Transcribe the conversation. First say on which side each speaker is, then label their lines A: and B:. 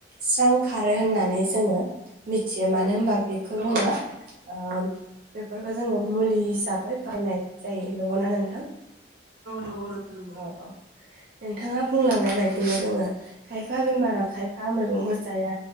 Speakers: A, on the right; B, on the right.
A: स्रां खारो होननानै
B: उम
A: जोंङो मिथियो मानो होनबा बेखौ
B: औ
A: जोंङो
B: औ
A: ओ बेफोरखौ जोंङो मुलि हिसाबै बायनाय जायो नंगौना नोंथां
B: नंगौ नोंथां नंगौ
A: औ औ। नोंथाङा बुंलांनाय बायदिनो जोंङो खायफा बेमाराव
B: उम
A: खायफा मैगंखौ जाया